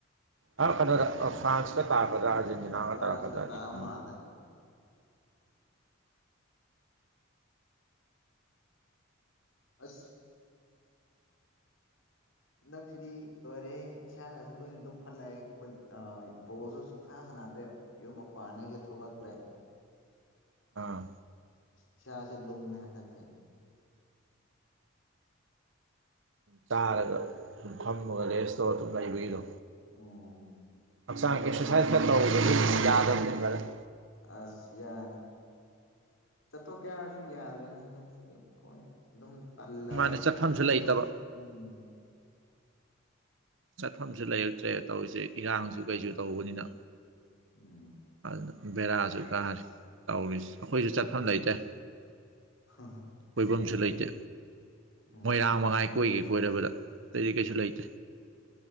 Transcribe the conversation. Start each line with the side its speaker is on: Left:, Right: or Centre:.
Right: ꯑꯥ ꯀꯩꯅꯣꯗ ꯐ꯭ꯔꯥꯟꯁꯀ ꯇꯥꯒꯗꯥ ꯑꯥꯔꯖꯦꯟ__ ꯇꯤꯅꯒ
Left: ꯐ꯭ꯔꯥꯟꯁꯀ
Right: ꯇꯥꯔꯛꯀꯗ꯭ꯔꯥꯗꯤ
Left: ꯇꯥꯕ
Right: ꯈꯪꯗꯦ
Left: ꯃꯥꯜꯂꯦ ꯑꯁ ꯍꯟꯗꯛꯁꯤꯗꯤ ꯂꯣꯏꯔꯦ ꯏꯁꯥꯒꯁꯨ ꯂꯣꯏꯅ ꯂꯨꯝꯈꯠꯂꯛꯑꯦ ꯈꯨꯟ ꯑꯥ ꯕꯣꯜꯖꯨ ꯁꯨꯡꯁꯥꯟ ꯁꯥꯟꯅꯗ꯭ꯔꯦ ꯌꯨꯝ ꯃꯄꯥꯟ ꯅꯩꯒ ꯊꯣꯛꯂꯛꯇ꯭ꯔꯦ
Right: ꯑꯥ
Left: ꯏꯁ꯭ꯌꯥꯁꯦ ꯂꯨꯝꯃꯦ ꯍꯟꯗꯛꯁꯦ
Right: ꯆꯥꯔꯒ ꯑꯗꯨꯝ ꯐꯝꯃꯒ ꯔꯦꯁ ꯇꯧꯔ ꯑꯗꯨꯝ ꯂꯩꯕꯒꯤꯗꯣ
Left: ꯑꯣ
Right: ꯍꯛꯆꯥꯡ ꯑꯦꯛꯁꯔꯁꯥꯏꯁ ꯈꯔ ꯇꯧꯗꯥꯔꯗꯤ ꯌꯥꯗꯕꯅꯦ ꯕꯥꯔꯗꯔ
Left: ꯑꯁ ꯌꯥꯅꯤ ꯆꯠꯊꯣꯛ ꯀꯦ ꯍꯥꯏꯔꯁꯨ ꯌꯥꯗ꯭ꯔꯦꯅ ꯍꯟꯗꯛꯁꯤꯗꯤ ꯈꯣꯏ ꯑꯗꯨꯝ ꯇꯜꯂꯕ
Right: ꯃꯥꯅ ꯆꯠꯐꯝꯁꯨ
Left: ꯍꯧꯒꯠꯄ
Right: ꯂꯩꯇꯕ
Left: ꯎꯝ
Right: ꯆꯠꯐꯝꯁꯨ ꯂꯩꯔꯛꯇ꯭ꯔꯦ ꯇꯧꯔꯤꯖꯦ ꯏꯔꯥꯡꯁꯨ
Left: ꯎꯝ
Right: ꯀꯩꯁꯨ ꯇꯧꯕꯅꯤꯅ
Left: ꯎꯝ
Right: ꯑꯗꯨꯅ ꯕꯦꯔꯥꯁꯨ ꯀꯥꯔꯦ ꯇꯧꯔꯤꯁ ꯑꯈꯣꯏꯁꯨ ꯆꯠꯐꯝ ꯂꯩꯇꯦ
Left: ꯍꯥ ꯍꯥ
Right: ꯀꯣꯏꯕꯝꯁꯨ ꯂꯩꯇꯦ
Left: ꯎꯝ
Right: ꯃꯣꯏꯔꯥꯡ ꯃꯉꯥꯏ ꯀꯣꯏꯒꯦ ꯀꯣꯏꯔꯕꯗ ꯑꯇꯩꯗꯤ ꯀꯩꯁꯨ ꯂꯩꯇꯦ